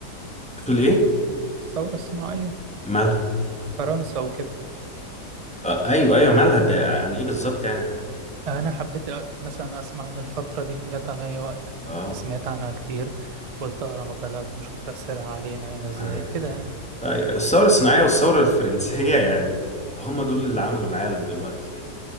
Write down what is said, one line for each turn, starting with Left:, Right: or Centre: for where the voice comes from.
Centre: بتقول ايه
Right: الثوره الصناعيه
Centre: مالها
Right: فرنسا وكده
Centre: آه ايوه ايوه مالها ب- عن ايه بالظبط يعني
Right: انا حبيت مثلا اسمع عن الفتره دي جت عليا وقت
Centre: اه
Right: فسمعت عنها كتير قلت اقرا مقالات واشوف تاثيرها علينا هنا ازاي
Centre: ايوه
Right: كده يعني
Centre: أيوة. الثوره الصناعيه والثوره الفرنسيه يعني هم دول
Right: مم.
Centre: اللي عملوا العالم دلوقتي يعني